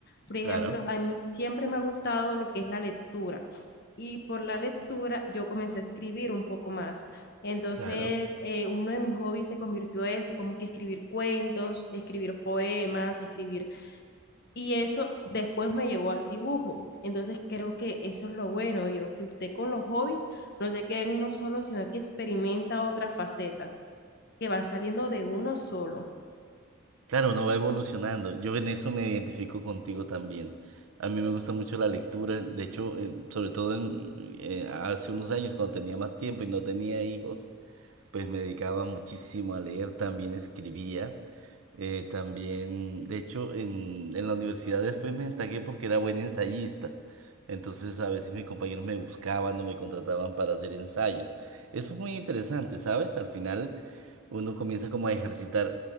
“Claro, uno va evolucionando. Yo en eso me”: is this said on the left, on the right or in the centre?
Right